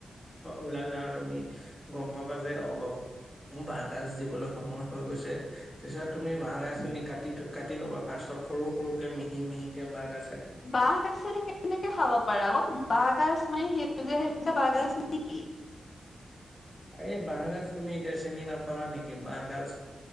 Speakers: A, in the centre; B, on the left.
A: ওলালে আৰু তুমি গম পাবা যে অ বাহ গাজ দিবলৈ সময় হৈ গৈছে তাৰছত তুমি বাহ গাজ তুমি কাটি কাটি ল'বা ফাৰ্ষ্টত সৰু সৰুকে মিহি মিহিকে বাঁহ গাজ
B: বাহ গাজৰে কেনেকে খাব পাৰা অ বাহ গাজ মানে সেউজীয়া, সেউজীয়া বাহ গাজ নে কি?
A: এই বাঁহগাজ তুমি এতিয়া চিনি নাপাৱা নেকি বাঁহ গাজ